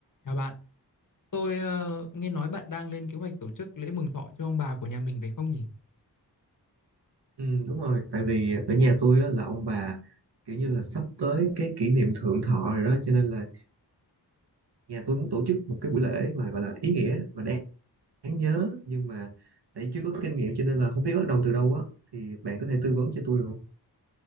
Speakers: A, on the left; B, on the right.
A: Chào bạn, tôi ờ, nghe nói bạn đang lên kế hoạch tổ chức lễ mừng thọ cho ông bà của nhà mình phải không nhỉ?
B: Ừ, đúng rồi tại vì ở nhà tôi á, là ông bà kiểu như là sắp tới cái kỷ niệm thượng thọ rồi đó cho nên là nhà tôi muốn tổ chức một cái buổi lễ mà gọi là ý nghĩa và đáng, đáng nhớ nhưng mà tại chưa có kinh nghiệm cho nên là không biết bắt đầu từ đâu á thì bạn có thể tư vấn cho tôi được không?